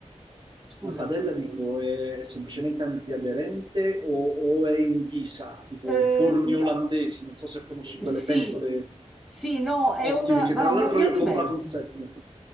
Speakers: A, in the centre; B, on the right.
A: scusa.
B: una padella dico, è semplicemente antiaderente o, o è in ghisa, tipo
A: Eh,
B: i forni
A: no.
B: olandesi, non so se conosci
A: Sì,
B: quelle pentole
A: sì, no, è
B: ottime,
A: una,
B: che
A: ma
B: tra l'altro
A: una via
B: io
A: di
B: ho comprato
A: mezzo.
B: un set. ne ho-